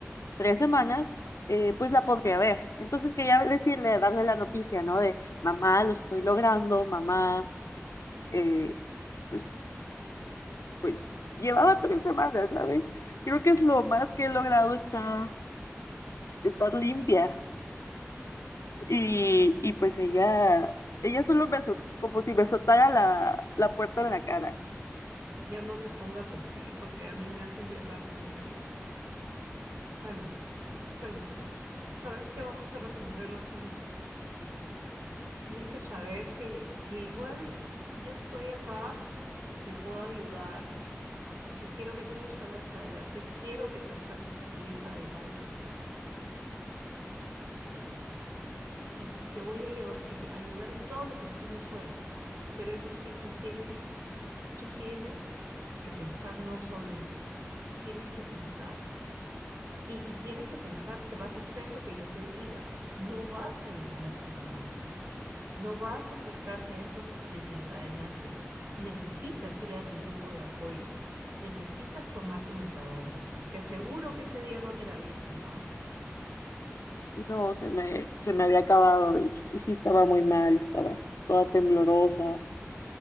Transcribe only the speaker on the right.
Ya no te pongas así, porque a mí me haces llorar también. Cálmate, cálmate. ¿Sabes qué? Vamos a resolverlo juntas. Tienes que saber que, que igual yo estoy acá, te puedo ayudar yo quiero que tú salgas adelante, quiero que te saques a tu hija adelante y, y, y te voy a lleva- y- ayudar en todo lo que esté en mis fuerzas. Pero eso sí, tú tienes, tú tienes que pensar no solo en ti, tienes que pensar y, y tienes que pensar que vas a hacer lo que yo te diga. No vas a llamar a tu mamá, no vas a acercarte a esos desencadenantes. Necesitas ir a tu grupo de apoyo, necesitas tomar tu metadona. Te aseguro que ese día no te la habías tomado.